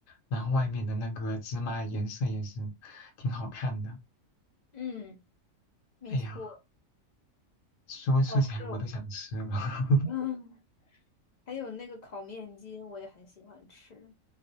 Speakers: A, on the left; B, on the left.
A: 然后外面的那个芝麻颜色也是挺好看的。
B: 嗯，没错。
A: 哎呀，说说起来我都想吃了。
B: 哦，还有，
A: <laughs>
B: 嗯，还有那个烤面筋，我也很喜欢吃